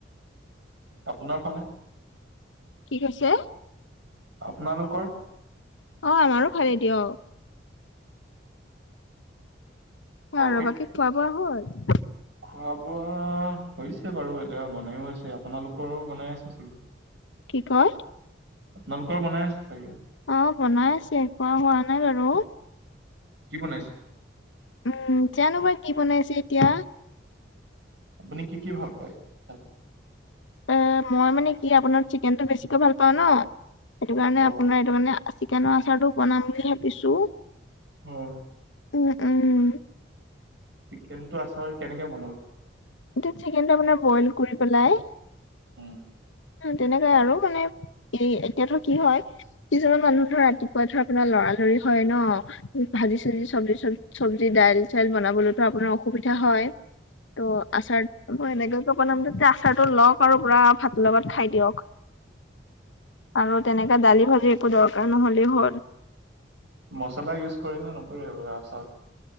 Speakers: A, on the right (about 70°); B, on the left (about 85°).
A: আপোনাৰ ফালে?
B: কি কৈছে?
A: আপোনালোকৰ?
B: অ', আমাৰো ভালে দিয়ক।
A: প্ৰফিট
B: অ', ৰ'বা কি খোৱা বোৱা হ'ল।
A: খোৱা বোৱা হৈছে বাৰু এতিয়া বনাইয়ো আছে আপোনালোকৰো বনাই আছে চাগে।
B: কি কয়?
A: আপোনালোকৰ বনাই আছে চাগে?
B: অ', বনাই আছে খোৱা হোৱা নাই বাৰু।
A: কি বনাইছে?
B: উম, জানো বা কি বনাইছে এতিয়া।
A: আপুনি কি কি ভাল পায়? খাই?
B: এ মই মানে কি আপোনাৰ চিকেনটো বেছিকৈ ভাল পাওঁ ন। সেইটো কাৰণে
A: অ',
B: আপোনাৰ এইটো মানে চিকেনৰ আচাৰতো বনাম বুলি ভাবিছো।
A: হম।
B: উম, উম।
A: চিকেনটো আচাৰ কেনেকে বনাব?
B: এতিয়া চিকেনটো আপোনাৰ বইল কৰি পেলাই।
A: উম
B: তেনেকাই আৰু মানে এ এতিয়াতো কি হয়। কিছুমান মানুহ ৰাতিপুৱা ধৰা আপোনাৰ লৰা লৰি হয় ন। ভাজি চাজি চব্জি চব চব্জি দাইল চাইল বনাবলৈতো আপোনাৰ অসুবিধা হয়। ত' আচাৰ মই এনেকোৱাকৈ কে বনাম যে আচাৰটো লওঁক আৰু পুৰা ভাতৰ লগত খাই দিয়ক। আৰু তেনেকা দালি ভাজি একো দৰকাৰ নহ'লেও হ'ল।
A: মছলা ইউজ কৰেনে নকৰে আচাৰত?